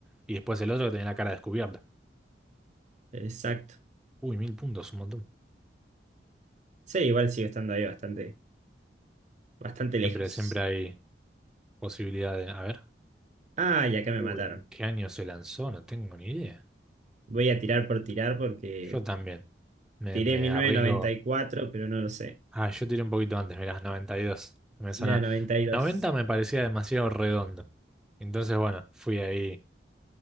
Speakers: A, in the centre; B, on the right (about 40°).
A: y después el otro que tenía la cara descubierta.
B: Exacto.
A: Uy, mil puntos, un montón.
B: Sí, igual sigue estando ahí bastante, bastante
A: Siempre,
B: lejos.
A: siempre hay posibilidad de... A ver.
B: Ah, y acá
A: Uy,
B: me mataron.
A: ¿en qué año se lanzó? No tengo ni idea.
B: Voy a tirar por tirar porque
A: Yo también. Me,
B: tiré
A: me
B: mi
A: arriesgo...
B: cuatro pero no lo sé.
A: Ah, yo tiré un poquito antes, mirá, 92. Me suena...
B: Mira, noventa y
A: 90
B: dos
A: me parecía demasiado redondo. Entonces, bueno, fui ahí.